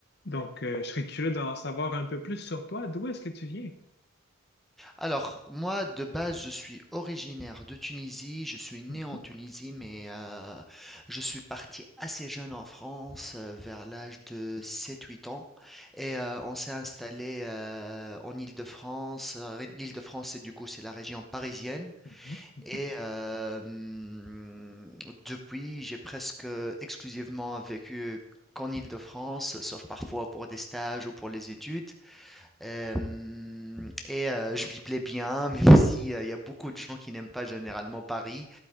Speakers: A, on the left; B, in the centre.
A: Donc, euh, je serais curieux d'en savoir un peu plus sur toi. D'où est-ce que tu viens?
B: Alors, moi, de base, je suis originaire de Tunisie. Je suis né
A: Mhm,
B: en Tunisie, mais euh, je suis parti assez jeune en France, euh, vers l'âge de sept-huit ans. Et euh, on s'est installé euh, en Île-de-France. Euh, L'Île-de-France, c'est du coup, c'est la région parisienne.
A: mhm, mhm,
B: Et euh, hum, depuis, j'ai presque exclusivement vécu qu'en Île-de-France, sauf parfois pour des stages ou pour les études. Euh, et euh, je m'y plais bien, même si euh, il y a beaucoup de gens qui n'aiment pas généralement Paris.